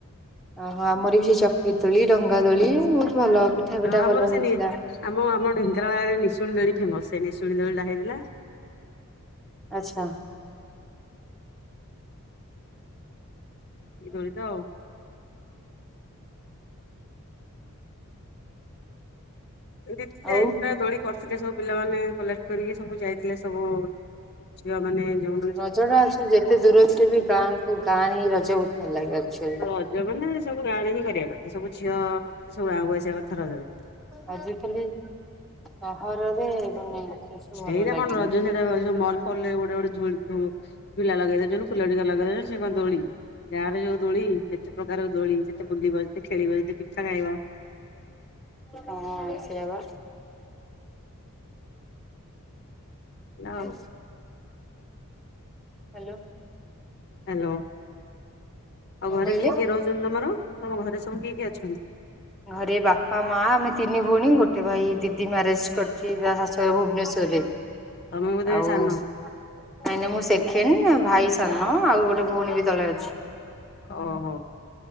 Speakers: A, in the centre; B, on the left.
A: ଓହୋ ଆମର ବି ସେ ଚକ୍ରୀ ର ଦୋଳି ଡଙ୍ଗାଦୋଳି ବହୁତ ଭଲ ପିଠା ପିଠା
B: ଆମର
A: ଭଲ
B: ସେ
A: ହେଇଥିଲା।
B: ଆମ ଆମ ଢେଙ୍କାନାଳରେ ନିଶୁଣି ଦୋଳି ଫେମସ ସେ ନିଶୁନି ଦୋଳିଟା ହେଇଥିଲା।
A: ଆଚ୍ଛା।
B: ଏ ଦୋଳି ତ ଆଉ। ଦୁ ଚାରିଟା
A: ଆଉ
B: <unintelligible> ଦୋଳି କର କରିଥିଲେ ସବୁ ପିଲାମାନେ କଲେକ୍ଟ କରିକି ସବୁ ଯାଇଥିଲେ ସବୁ ଝିଅ ମାନେ ଯୋଉ।
A: ରଜ ଟା ଆକ୍ଚୁଆଲି ଯେ ଏତେ ଦୂର ଥିଲେ ବି ଗାଁକୁ ଗାଁରେ ହିଁ ରଜ ବହୁତ ଭଲ ଲାଗେ ଆକ୍ଚୁଆଲି।
B: ରଜ ମାନେ ସବୁ ଗାଁରେ ହିଁ କରିବା କଥା ସବୁ ଝିଅ ମାନେ ସବୁ ଗାଁକୁ ଆସିବା କଥା ରଜରେ।
A: ଆଜିକାଲି ସହରରେ ମାନେ ଏସବୁ ଭଲ
B: ଏଇଟା
A: ଲାଗେନି।
B: କଣ ରଜ ସେଇଟା ସବୁ ମଲ ଫଲ ଗୋଟେ ଗୋଟେ ଝୁଲଥିବ। ଝୁଲା ଲଗେଇ ଦୋଉଛନ୍ତି ଫୁଲ ଦୀଟା ଲଗେଇ ଦୋଉଛନ୍ତି ସେ କଣ ଦୋଳି ଗାଁରେ ଯୋଉ ଦୋଳି ଯେତେ ପ୍ରକାର ଦୋଳି ଯେତେ ବୁଲିଵା ଯେତେ ଖେଳିଵ ଯେତେ ପିଠା ଖାଇବା।
A: ହଁ ସେଇଆ ପା।
B: ଆଉ।
A: <inaudible> ହ୍ୟାଲୋ
B: ହାଲୋ ଆଉ
A: କଣ
B: ଘରେ
A: କହିଲେ?
B: କିଏ କିଏ ରହୁଛନ୍ତି ତମର ତମ ଘରେ ସବୁ କିଏ କିଏ ଅଛନ୍ତି।
A: ଘରେ ବାପା ମା ଆମେ ତିନି ଭଉଣୀ ଗୋଟେ ଭାଇ ଦିଦି ମ୍ୟାରେଜ କରିଛି ତା ଶାଶୁ ଘରେ ଭୁବନେଶ୍ଵର।
B: ତମେ ବୋଧେ
A: ଆଉ?
B: ସାନ
A: ନାଇଁ ନାଇ ମୁଁ ସେକେଣ୍ଡ ଭାଇ ସାନ ଆଉ ଗୋଟେ ଭଉଣୀ ବି ତଳେ ଅଛି।
B: ଓହୋ।